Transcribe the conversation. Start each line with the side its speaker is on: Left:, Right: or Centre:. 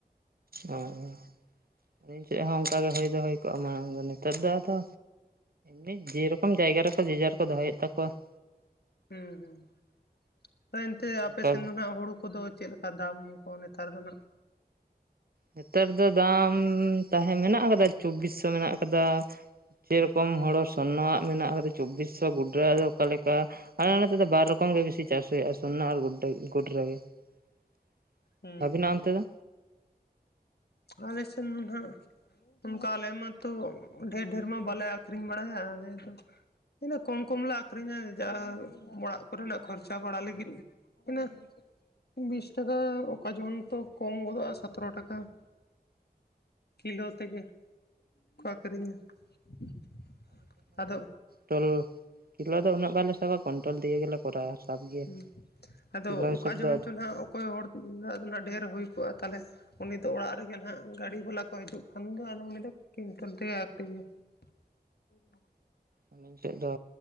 Right: ᱚ ᱾ <inaudible> ᱟᱹᱞᱤᱧ ᱥᱮᱫ ᱦᱚᱸ ᱚᱱᱠᱟᱜᱮ ᱦᱩᱭ ᱫᱚ ᱦᱩᱭ ᱠᱚᱜᱼᱟ ᱢᱟᱲᱟᱝ ᱫᱚ, ᱱᱮᱛᱟᱨ ᱫᱚ ᱟᱫᱚ ᱢᱤᱫ ᱡᱮᱨᱚᱠᱚᱢ ᱡᱟᱭᱜᱟ ᱨᱮᱠᱚ ᱡᱮᱡᱟᱨ ᱠᱚ ᱫᱚᱦᱚᱭᱮᱫ ᱛᱟᱠᱚᱣᱟ ᱾
Left: ᱦᱩᱸ ᱦᱩᱸ ᱾ <inaudible> ᱦᱳᱭ ᱮᱱᱛᱮ ᱟᱯᱮ
Right: ᱚᱱᱠᱟ
Left: ᱥᱮᱱ
Right: ᱜᱮ
Left: ᱫᱚ ᱱᱟᱜ ᱦᱩᱲᱩ ᱠᱚᱫᱚ ᱪᱮᱫ ᱠᱟ ᱫᱟᱢ ᱠᱚ ᱱᱮᱛᱟᱨ ᱫᱚ ᱱᱟᱸᱜ?
Right: ᱱᱮᱛᱟᱨ ᱫᱚ ᱫᱟᱢ ᱛᱟᱦᱮᱸ ᱢᱮᱱᱟᱜ ᱟᱠᱟᱫᱟ ᱪᱚᱵᱵᱤᱥ ᱥᱚ ᱢᱮᱱᱟᱜ ᱟᱠᱟᱫᱟ ᱾ ᱥᱮ ᱨᱚᱠᱚᱢ ᱦᱳᱲᱳ ᱥᱚᱨᱱᱚᱣᱟᱜ ᱢᱮᱱᱟᱜ ᱟᱠᱟᱫᱟ ᱪᱚᱵᱵᱤᱥ ᱥᱚ ᱜᱩᱰᱨᱟᱹᱣᱟᱜ ᱫᱚ ᱚᱠᱟ ᱞᱮᱠᱟ ᱾ ᱟᱞᱮ ᱱᱚᱛᱮ ᱫᱚ ᱵᱟᱨ ᱨᱚᱠᱚᱢ ᱜᱮ ᱵᱤᱥᱤ ᱪᱟᱥ ᱦᱩᱭᱩᱜᱼᱟ ᱥᱚᱨᱱᱚ ᱟᱨ ᱜᱩᱰ ᱜᱩᱰᱨᱟᱹ ᱜᱮ ᱾ <inaudible>
Left: ᱦᱩᱸ
Right: ᱟᱹᱵᱤᱱᱟᱜ ᱚᱱᱛᱮ ᱫᱚ?
Left: ᱟᱞᱮ ᱥᱮᱱ ᱫᱚ ᱱᱟᱦᱟᱜ ᱚᱱᱠᱟ ᱟᱞᱮ ᱢᱟᱛᱚ ᱰᱷᱮᱨ ᱰᱷᱮᱨ ᱢᱟ ᱵᱟᱞᱮ ᱟᱠᱷᱨᱤᱧ ᱵᱟᱲᱟᱭᱟ ᱟᱞᱮ ᱫᱚ ᱤᱱᱟᱹ ᱠᱚᱢ ᱠᱚᱢᱞᱮ ᱟᱠᱷᱨᱤᱧᱟ ᱡᱟ ᱚᱲᱟᱜ ᱠᱚᱨᱮᱱᱟᱜ ᱠᱷᱚᱨᱪᱟ ᱵᱟᱲᱟ ᱞᱟᱹᱜᱤᱫ ᱾ ᱤᱱᱟᱹ ᱵᱤᱥ ᱴᱟᱠᱟ ᱚᱠᱟ ᱡᱚᱠᱷᱚᱱ ᱛᱚ ᱠᱚᱢ ᱜᱚᱫᱚᱜᱼᱟ ᱥᱟᱛᱨᱚ ᱴᱟᱠᱟ ᱾ ᱠᱤᱞᱳ ᱛᱮᱜᱮ <inaudible> ᱠᱚ ᱟᱹᱠᱷᱨᱤᱧᱟ <inaudible> ᱟᱫᱚ
Right: ᱴᱚᱞ ᱠᱤᱞᱳ ᱫᱚ ᱩᱱᱟᱹᱜ ᱵᱟᱞᱮ ᱥᱟᱵᱟ ᱠᱚᱱᱴᱳᱞ ᱛᱮᱜᱮ ᱜᱮᱞᱮ ᱠᱚᱨᱟᱣᱟ ᱥᱟᱵ ᱜᱮᱭᱟ
Left: ᱦᱮᱸ ᱾ <inaudible> ᱟᱫᱚ
Right: ᱠᱤᱞᱳ ᱦᱤᱥᱟᱹᱵ
Left: ᱚᱠᱟ ᱡᱚᱦᱚᱱ
Right: ᱫᱚ
Left: ᱪᱚ ᱱᱟᱦᱟᱜ ᱚᱠᱚᱭ ᱦᱚᱲᱟᱜ ᱫᱚ ᱱᱟᱜ ᱰᱷᱮᱹᱨ ᱦᱩᱭᱠᱚᱜᱼᱟ ᱛᱟᱞᱦᱮ ᱩᱱᱤ ᱫᱚ ᱚᱲᱟᱜ ᱨᱮᱜᱮ ᱦᱟᱸᱜ ᱜᱟᱹᱰᱤ ᱵᱟᱞᱟ ᱠᱚ ᱦᱤᱡᱩᱜ ᱠᱷᱟᱱ ᱫᱚ ᱟᱫᱚ ᱩᱱᱤ ᱫᱚ <unintelligible> ᱛᱮᱜᱮ ᱟᱹᱠᱷᱨᱤᱧᱟ ᱾ <inaudible>
Right: ᱟᱹᱞᱤᱧ ᱴᱷᱮᱡ ᱫᱚ